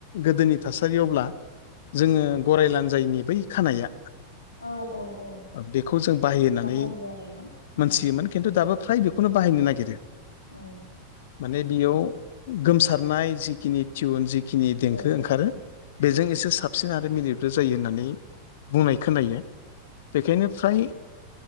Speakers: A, on the left; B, on the left.
A: गोदोनि थासारियावब्ला जोङो गराय लानजायैनि बै खानाया
B: <inaudible> औ
A: बेखौ जों बाहाय होननानै
B: बाहायो आरोना औ
A: मोनथियोमोन खिन्थु दाबो फ्राय बेखौनो बाहायनो <unintelligible>
B: औ
A: माने बेयाव गोमसारनाय जिखिनि टिउन जि खिनि देंखो
B: औ नंगौ
A: ओंखारो बेजों एसे साबसिन आरो मिलब्रो जायो होननानै बुंनाय खोनायो बेखायनो फ्राय